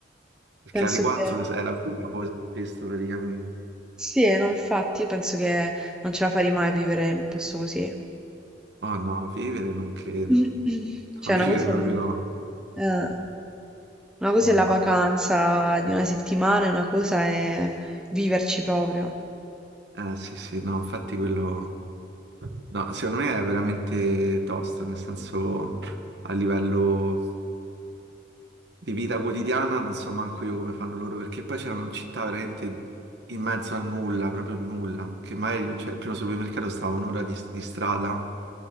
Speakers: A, on the right; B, in the centre.
A: Perché
B: Penso
A: alle 4
B: che
A: era proprio così, questo praticamente.
B: sì, eh, no, infatti, io penso che non ce la farei mai a vivere in un posto così.
A: Oh no, vivere non credo.
B: <clears throat> Cioè,
A: No, vivere
B: una cosa,
A: proprio
B: è
A: no.
B: eh, una
A: No,
B: cosa è la
A: no.
B: vacanza di una settimana, e una cosa è viverci proprio.
A: Eh sì, sì, no, infatti quello. No, secondo me è veramente tosto, nel senso a livello di vita quotidiana non so manco io come fanno loro, perché poi c'erano città veramente in mezzo al nulla, proprio il nulla, che magari cioè, il primo supermercato stava un'ora di, di strada